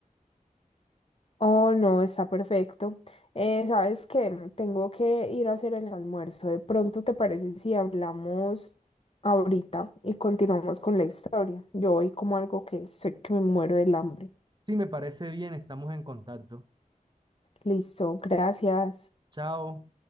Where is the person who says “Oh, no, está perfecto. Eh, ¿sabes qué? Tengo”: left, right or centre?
Left